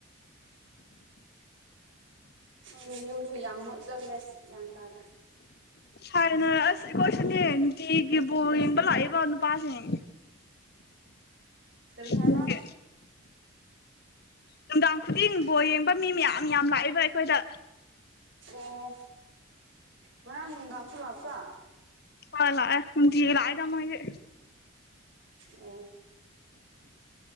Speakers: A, on the right; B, on the left.
A: ꯍꯣꯏ ꯌꯨꯝꯁꯨ ꯌꯥꯝ ꯃꯨꯠꯀꯜꯂꯦ ꯒ꯭ꯌꯥꯟ ꯇꯥꯗꯔꯦ꯫
B: ꯍꯥꯟꯅ ꯑꯁ ꯑꯩꯈꯣꯏꯁꯨꯅꯦ ꯅꯨꯡꯇꯤꯒꯤ ꯕꯣꯜ ꯌꯦꯡꯕ ꯂꯥꯛꯏꯕ ꯅꯨꯄꯥꯁꯤꯡ꯫
A: ꯀꯔꯤ ꯍꯥꯏꯕ꯫
B: ꯑꯗꯨꯒꯤ ꯅꯨꯡꯗꯥꯡ ꯈꯨꯗꯤꯡ ꯕꯣꯜ ꯌꯦꯡꯕ ꯃꯤ ꯃꯌꯥꯝ ꯌꯥꯝ ꯂꯥꯛꯏꯕ ꯑꯩꯈꯣꯏꯗ꯫
A: ꯑꯣ ꯉꯔꯥꯡ ꯅꯨꯡꯗꯥꯡꯁꯨ ꯂꯥꯛꯄ꯭ꯔ꯫
B: ꯍꯣꯏ ꯂꯥꯛꯑ ꯅꯨꯡꯇꯤꯒꯤ ꯂꯥꯛꯑꯦꯗ ꯃꯣꯏꯗꯤ꯫
A: ꯑꯣ꯫